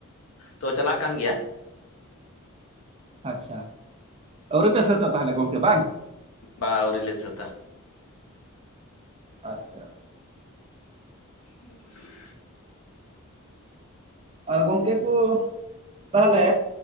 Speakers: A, on the left; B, on the right.
A: ᱛᱚ ᱪᱟᱞᱟᱜ ᱠᱟᱱ ᱜᱮᱭᱟ,
B: ᱟᱪᱪᱷᱟ ᱟᱹᱣᱨᱤ ᱯᱮ ᱥᱟᱹᱛᱟ ᱛᱟᱦᱚᱞᱮ ᱜᱚᱝᱠᱮ ᱵᱟᱝ?
A: ᱵᱟ ᱟᱣᱹᱨᱤ ᱞᱮ ᱥᱛᱟ,
B: ᱟᱪᱪᱷᱟ,
A: <unintelligible>
B: ᱟᱨ ᱜᱚᱝᱠᱮ ᱠᱚ ᱛᱟᱦᱚᱞᱮ